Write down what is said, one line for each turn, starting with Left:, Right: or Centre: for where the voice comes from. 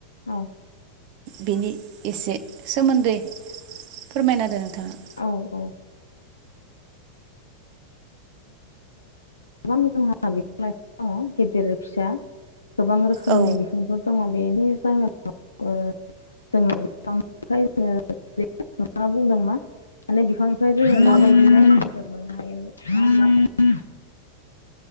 Left: औ
Right: बेनि एसे सोमोन्दै फोरमायना होदो दो नोंथाङा
Left: औ औ ओ गोबां जोंहा बिफां लाइफां दङ गेदेर फिसा गोबां रोखोमनि
Right: औ
Left: बिफांफोर दङ बेनि जाहोनाव जोंहा बिफांनिफ्राय जोङो जेरै नोंथाङा बुंदों मा माने बिफांनिफ्राय जोङो
Right: औ
Left: माबायदिहाय हेफाजाब मोननो हायो नङा होमबा